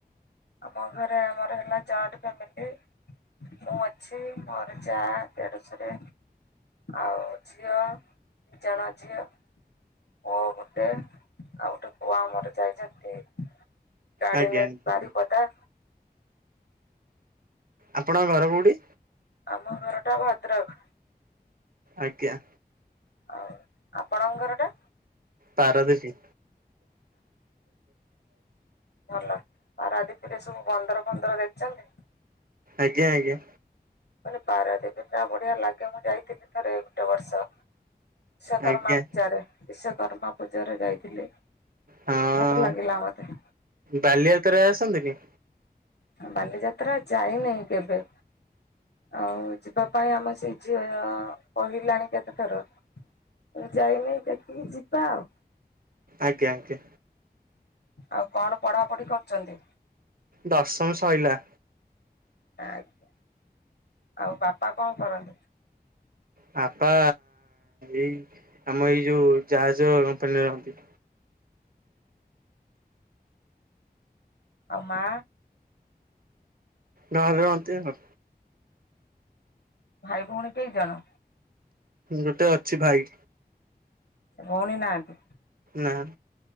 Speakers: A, on the left (about 85°); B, on the right (about 60°).
A: ଆମ ଘରେ ଆମର ହେଲା ଜଏଣ୍ଟ୍ ଫ୍ୟାମିଲି। ମୁଁ ଅଛି ମୋର ଯା ଦେଢଶୁରେ ଆଉ ଝିଅ ଦି ଜଣ ଝିଅ। ପୁଅ ଗୋଟେ ଆଉ ଗୋଟେ ପୁଅ ଆମର ଯାଇଛନ୍ତି ଗାଡ଼ି
B: ଆଜ୍ଞା
A: ନେଇକି
B: ଆଜ୍ଞା
A: ବାରିପଦା।
B: ଆପଣଙ୍କ ଘର କୋଉଠି?
A: ଆମ ଘର ଟା ଭଦ୍ରକ।
B: ଆଜ୍ଞା।
A: ଆଉ ଆପଣଙ୍କ ଘର ଟା।
B: ପାରାଦ୍ବୀପ।
A: ଭଲ ପାରାଦିପିରେ ସବୁ ବନ୍ଦର ଫନ୍ଦର ଦେଖିଚନ୍ତି।
B: ଆଜ୍ଞା ଆଜ୍ଞା।
A: ମାନେ ପାରାଦ୍ୱୀପ ଟା ବଢିଆ ଲାଗେ ମୁଁ ଯାଇଥିଲି ଥରେ ଗୋଟେ ବର୍ଷ। ବିଶକର୍ମା
B: ଆଜ୍ଞା
A: ପୂଜାରେ ବିଶ୍ୱକର୍ମା ପୂଜାରେ ଯାଇଥିଲି।
B: ହଁ
A: ଭଲ ଲାଗିଲା ମତେ।
B: ବାଲିଯାତ୍ରା ଆସନ୍ତି ନି।
A: ବାଲିଯାତ୍ରା ଯାଇନାଇ କେବେ। ଆଉ ଯିବା ପାଇଁ ଆମ ସେଇ ଝିଅ ଅ କହିଲାଣି କେତେଥର। କେବେ ଯାଇନି ଦେଖିକି ଯିବା ଆଉ।
B: ଆଜ୍ଞା ଆଜ୍ଞା।
A: ଆଉ କଣ ପଢାପଢି କରୁଛନ୍ତି।
B: ଦଶମ ସଇଲା।
A: ଆଜ୍ଞା ଆଉ ବାପା କଣ କରନ୍ତି?
B: ବାପା ଏଇ ଆମ ଏଇ ଯୋଉ ଜାହାଜ କମ୍ପାନୀ ରହନ୍ତି।
A: ଆଉ ମା
B: ଘରେ ରହନ୍ତି <unintelligible> ତ।
A: ଭାଇ ଭଉଣୀ କେଇ ଜଣ?
B: ଗୋଟେ ଅଛି ଭାଇ।
A: ଭଉଣୀ ନାହାନ୍ତି।
B: ନା।